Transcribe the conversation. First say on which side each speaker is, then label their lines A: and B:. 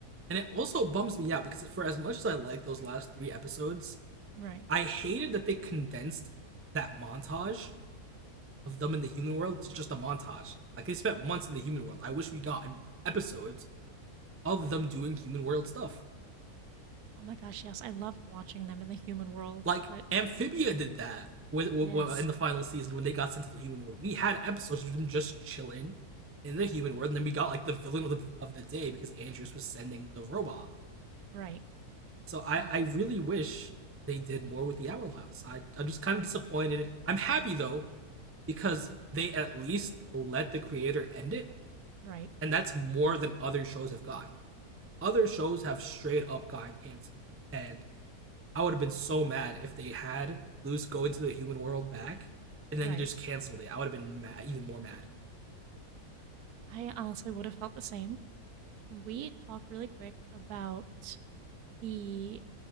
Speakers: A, on the right (about 15°); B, on the right (about 80°).
A: And it also bums me out because for as much as I like those last three episodes,
B: Right.
A: I hated that they condensed that montage of them in the human world it's just a montage like they spent months in the human world i wish we got an episodes of them doing human world stuff
B: Oh my gosh, yes. I loved watching them in the human world,
A: like
B: but
A: amphibia did that with, with,
B: Yes.
A: with- in the final season when they got sent to the human world we had episodes of them just chilling in the human world and then we got like the villain of the, of the day because andrews was sending the robot
B: Right.
A: so i
B: Ugh,
A: i really wish they did more with the owl house i i'm just kind of disappointed i'm happy though because they at least let the creator end it
B: right.
A: and that's more than other shows have gotten Other shows have straight up gotten canceled, and I would have been so mad if they had Luce go into the human world back, and then
B: Right.
A: they just canceled it. I would have been ma- even more mad.
B: I honestly would have felt the same. And we talk really quick about the